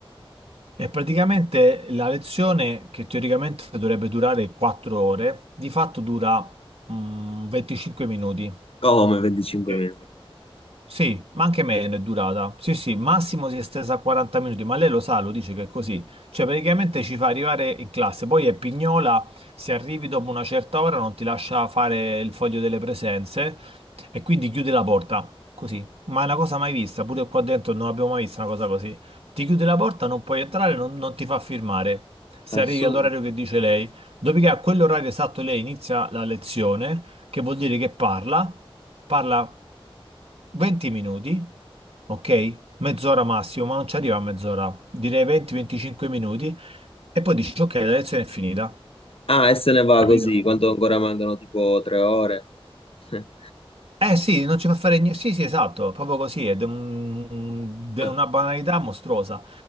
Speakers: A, on the right; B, on the left.
A: e praticamente la lezione che teoricamente dovrebbe durare 4 ore, di fatto dura mm, 25 minuti.
B: Come 25
A: Ok.
B: minuti?
A: Sì, ma anche meno è durata. Sì, sì, massimo si è estesa a 40 minuti, ma lei lo sa, lo dice che è così. Cioè, praticamente ci fa arrivare in classe, poi è pignola, se arrivi dopo una certa ora non ti lascia fare il foglio delle presenze e quindi chiude la porta, così. Ma è una cosa mai vista, pure qua dentro non abbiamo mai visto una cosa così. Ti chiude la porta, non puoi entrare, non, non ti fa firmare. Se
B: Assurdo.
A: arrivi all'orario che dice lei, dopodiché a quell'orario esatto lei inizia la lezione che vuol dire che parla, parla 20 minuti, ok? Mezz'ora massimo, ma non ci arriva a mezz'ora, direi 20-25 minuti, e poi dici, ok, la lezione è finita,
B: Ah, e se ne va
A: capito?
B: così, quanto ancora mancano tipo tre ore? <laughs>
A: Eh sì, non ci fa fare niente, sì sì esatto, proprio così, ed è de- un- de-
B: Ah,
A: una banalità mostruosa.